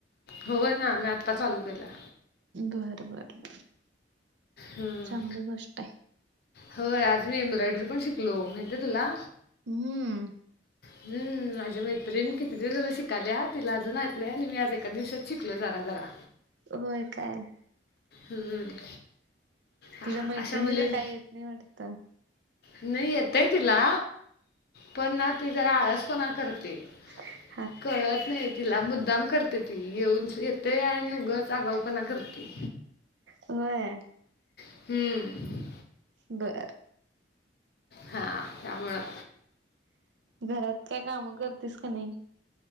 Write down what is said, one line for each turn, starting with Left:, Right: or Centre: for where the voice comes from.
Left: होय ना, मी आत्ता चालू केलंय.
Right: बर बर,
Left: हम्म
Right: चांगली गोष्ट आहे.
Left: होय आज मी एम्ब्रॉयडरी पण शिकलो, माहितीय तुला?
Right: हम्म
Left: हम् माझ्या मैत्रिणी किती दिवस झालं शिकाल्या, तिला अजून येत नाही आणि मी आज एका दिवसात शिकलो जरा जरा.
Right: होय काय?
Left: हम्म अ-
Right: तुझ्या मैत्रिणीला
Left: अशा मुलीं
Right: काही येत नाही वाटत?
Left: नाही येतंय तिला, पण ना ती जरा आळसपणा करते.
Right: <unintelligible>
Left: कळत नाही तिला, मुद्दाम करते ती येऊन येते आणि उगच आगाऊपणा करते.
Right: होय.
Left: हम्म
Right: बरं
Left: हा त्यामुळं.
Right: घरात काय कामं करतेस का नाही?